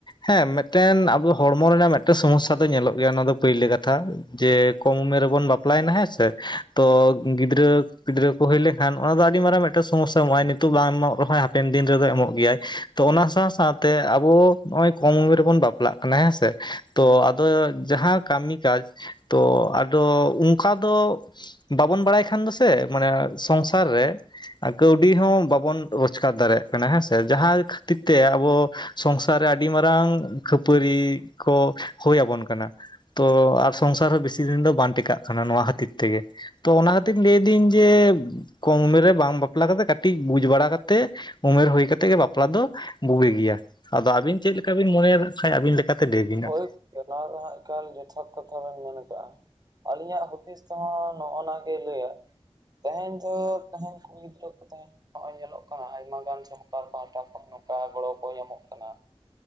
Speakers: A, on the left (about 45°); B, on the right (about 40°).
A: ᱦᱮᱸ ᱢᱤᱫᱴᱮᱱ ᱟᱵᱚ ᱦᱚᱲᱢᱚ ᱨᱮᱱᱟᱜ ᱢᱤᱫᱴᱮᱱ ᱥᱚᱢᱚᱥᱥᱟ ᱫᱚ ᱧᱮᱞᱚᱜ ᱜᱮᱭᱟ ᱚᱱᱟ ᱫᱚ ᱯᱳᱭᱞᱟᱹ ᱠᱟᱛᱷᱟ ᱡᱮ ᱠᱚᱢ ᱩᱢᱮᱨ ᱨᱮᱵᱚᱱ ᱵᱟᱯᱞᱟᱭᱮᱱᱟ ᱦᱮᱸᱥᱮ ᱛᱚ ᱜᱤᱫᱽᱨᱟᱹ ᱯᱤᱫᱽᱨᱟᱹ ᱠᱚ, ᱦᱩᱭ ᱞᱮᱠᱷᱟᱱ, ᱚᱱᱟ ᱫᱚ ᱟᱹᱰᱤ, ᱢᱟᱨᱟᱝ ᱢᱤᱫᱴᱟᱝ, ᱥᱚᱢᱚᱥᱥᱟ ᱮᱢᱚᱜᱼᱟᱭ, ᱱᱤᱛᱚᱜ ᱵᱟᱝ ᱮᱢᱚᱜ, ᱨᱮᱦᱚᱸᱭ ᱦᱟᱸᱜ ᱯᱮᱱ ᱫᱤᱱ ᱨᱮᱫᱚ, ᱮᱢᱚᱜ ᱜᱮᱭᱟᱭ, ᱛᱚ, ᱚᱱᱟ ᱥᱟᱶ ᱥᱟᱶᱛᱮ, ᱟᱵᱚ ᱱᱚᱜᱼᱚᱭ ᱠᱚᱢ, ᱩᱢᱮᱨ ᱨᱮᱵᱚᱱ ᱵᱟᱯ ᱵᱟᱯᱞᱟᱜ ᱠᱟᱱᱟᱭ ᱦᱮᱸᱥᱮ ᱛᱚ ᱟᱫᱚ ᱡᱟᱦᱟᱸ ᱠᱟᱹᱢᱤ ᱠᱟᱡ ᱛᱚ ᱟᱫᱚ ᱚᱱᱠᱟ ᱫᱚ ᱵᱟᱵᱚᱱ ᱵᱟᱲᱟᱭ ᱠᱷᱟᱱ ᱫᱚᱥᱮ ᱢᱟᱱᱮ ᱥᱚᱝᱥᱟᱨ ᱨᱮ ᱠᱟᱹᱣᱰᱤ ᱦᱚᱸ ᱵᱟᱵᱚᱱ ᱨᱚᱡᱽᱠᱟᱨ ᱫᱟᱲᱮᱭᱟᱜ ᱠᱟᱱᱟ ᱦᱮᱸ ᱥᱮ ᱡᱟᱦᱟᱸ ᱠᱷᱟᱹᱛᱤᱨ ᱛᱮ ᱟᱵᱚ ᱥᱚᱝᱥᱟᱨ ᱨᱮ ᱟᱹᱰᱤ ᱢᱟᱨᱟᱝ ᱠᱷᱟᱹᱯᱟᱹᱨᱤ ᱠᱚ ᱦᱚᱭ ᱟᱵᱚᱱ ᱠᱟᱱᱟ ᱛᱚ ᱟᱨ ᱥᱚᱝᱥᱟᱨ ᱦᱚᱸ ᱵᱮᱥᱤ ᱫᱤᱱ ᱫᱚ ᱵᱟᱝ ᱴᱮᱠᱟᱜ ᱠᱟᱱᱟ ᱱᱚᱣᱟ ᱠᱷᱟᱹᱛᱤᱨ ᱛᱮᱜᱮ ᱛᱚ ᱚᱱᱟ ᱠᱷᱟᱹᱛᱤᱨ ᱞᱟᱹᱭᱫᱟᱹᱧ ᱡᱮ ᱠᱚᱢ ᱩᱢᱮᱨ ᱨᱮ ᱵᱟᱝ ᱵᱟᱯᱞᱟ ᱠᱟᱛᱮᱜ ᱠᱟᱹᱴᱤᱡ ᱵᱩᱡ ᱵᱟᱲᱟ ᱠᱟᱛᱮᱫ ᱛᱮ ᱩᱢᱮᱨ ᱦᱩᱭ ᱠᱟᱛᱮᱫ ᱜᱮ ᱵᱟᱯᱞᱟ ᱫᱚ ᱵᱩᱜᱤ ᱜᱮᱭᱟ ᱟᱫᱚ ᱟᱹᱵᱤᱱ ᱪᱮᱫ ᱞᱮᱠᱟ ᱵᱤᱱ ᱢᱚᱱᱮᱭ ᱟᱠᱟᱫ ᱠᱷᱟᱡ ᱟᱹᱵᱤᱱ ᱞᱮᱠᱟᱛᱮ ᱞᱟᱹᱭ ᱵᱮᱱ
B: ᱦᱳᱭ
A: ᱦᱟᱜ
B: ᱱᱚᱣᱟ ᱫᱚ ᱦᱟᱸᱜ ᱮᱠᱟᱞ ᱡᱚᱛᱷᱟᱛ ᱠᱟᱛᱷᱟ ᱵᱮᱱ ᱢᱮᱱ ᱟᱠᱟᱫᱼᱟ ᱟᱹᱞᱤᱧᱟᱜ ᱦᱩᱫᱤᱥ ᱛᱮᱦᱚᱸ ᱱᱚᱜᱼᱚ ᱱᱟ ᱜᱮ ᱞᱟᱹᱭᱟ ᱛᱟᱦᱮᱱ ᱫᱚ ᱛᱟᱦᱮᱱ ᱠᱩᱲᱤ ᱜᱤᱫᱽᱨᱟᱹ ᱠᱚ ᱛᱟᱦᱮᱱ ᱱᱚᱜᱼᱚᱭ ᱧᱮᱞᱚᱜ ᱠᱟᱱᱟ ᱟᱭᱢᱟ ᱜᱟᱱ ᱥᱚᱨᱠᱟᱨ ᱯᱟᱦᱴᱟ ᱠᱷᱚᱱ ᱱᱚᱝᱠᱟ ᱜᱚᱲᱚ ᱠᱚ ᱧᱟᱢᱚᱜ ᱠᱟᱱᱟ